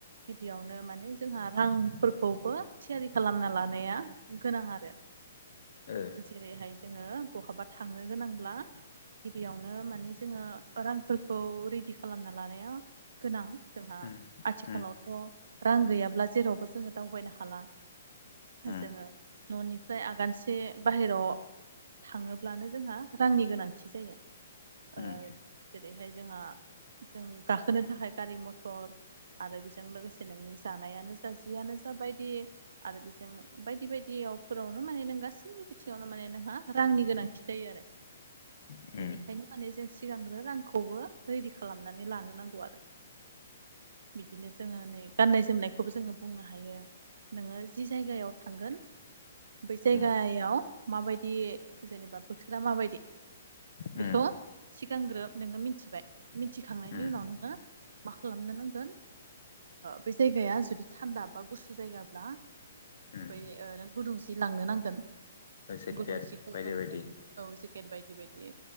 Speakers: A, on the right; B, on the left.
A: गिबियावनो माने जोंहा रांफोरखौबो थियारि खालामना लानाया गोनां आरो
B: ओ
A: जेरैहाय जोङो बहाबा थांनो गोनांब्ला गिबियावनो माने जोङो रांफोरखौ रेडि खालामना लानो नाया गोनां जोंहा
B: उम
A: आथिखालावथ'
B: उम
A: रां गैयाब्ला जेरावबो जोङो दावबायनो हाला
B: उम
A: जोङो न'निफ्राय आगानसे बाहेरायाव थाङोब्लानो जोंहा रांनि गोनांथि जायो
B: उम
A: जेरैहाय जोंहा जों गाखोनो थाखाय गारि मथर आरो बेजों लोगोसे नोंनि जानायानो जा जियानो जा बायदि आरो बेजों बायदि बायदियावफोरावनो माने नों गासैबो बिथिङावनो माने नोंहा रांनि गोनांथि जायो आरो।
B: उम
A: बेनिखायनो माने जों सिगांग्रो रांखौबो रेडि खालामो खालामनानै लानो नांगौ आरो बिदिनो जोङो नै गान्नाय जोमनायखौबो जोङो बुंनो हायो। नोङो जि जायगायाव थांगोन बै जायगायाव
B: उम
A: माबायदि जेनेबा बोथोरा माबायदि
B: उम
A: बेखौ सिगांग्रोब नोङो मिथिबाय मिथिखांनायनि
B: उम
A: उनाव नोङो मा खालामनो नांगोन बे जायगाया जुदि थान्दा बा गुसु जायगाब्ला
B: उम
A: मफ्राय नों गुदुंसे लांनो नांगोन
B: सेकेट
A: गुदुं जिखौ
B: बायदि
A: ओं
B: बायदि
A: ओं औ जेकेट बायदि बायदि